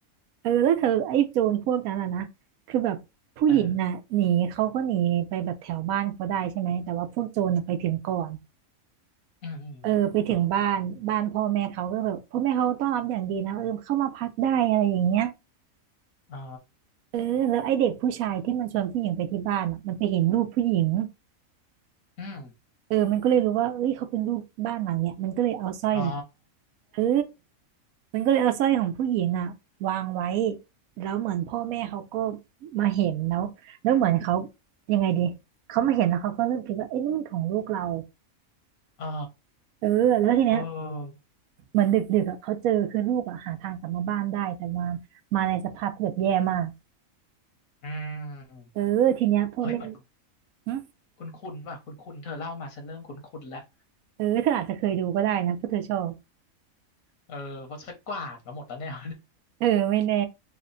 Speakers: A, on the right; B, on the left.
A: เออแล้วเธอไอ้โจรพวกนั้นอ่ะนะคือแบบผู้หญิงน่ะหนีเขาก็หนีไปแบบแถวบ้านเขาได้ใช่ไหมแต่ว่าพวกโจรน่ะไปถึงก่อน
B: เอออืมอืม
A: เออไปถึงบ้านบ้านพ่อแม่เขาก็แบบพ่อแม่เขาต้อนรับอย่างดีนะเออเข้ามาพักได้อะไรอย่างเงี้ย
B: อมอ๋อ
A: เออแล้วไอเด็กผู้ชายที่มันชวนผู้หญิงไปที่บ้านอ่ะมันไปเห็นรูปผู้หญิง
B: อืม
A: เออมันก็เลยรู้ว่าเอ้ยเขาเป็นลูกบ้านหลังเนี้ยมันก็เลยเอาสร้อยของ
B: อ๋อ
A: เออมันก็เลยเอาสร้อยของผู้หญิงอ่ะวางไว้แล้วเหมือนพ่อแม่เขาก็มาเห็นแล้วแล้วเหมือนเขายังไงดีเขามาเห็นแล้วเขาก็เริ่มคิดว่าเอ้ยนี่มันของลูกเรา
B: อ่า
A: เออแล้วทีเนี้ย
B: เออ
A: เหมือนดึกๆอะเขาเจอคือลูกอ่ะหาทางกลับมาบ้านได้แต่มามาในสภาพที่แบบแย่มาก
B: อืม
A: เออทีเนี้ยพ่อแม่
B: เฮ้ยเหมือน
A: หึ
B: คุณคุณว่ะคุณคุณเธอเล่ามาฉันเริ่มคุณคุณแล้ว
A: เออเธออาจจะเคยดูก็ได้นะเพราะเธอชอบ
B: เออเพราะฉันกวาดมาหมดแล้วเนี่ย
A: เออไม่แน่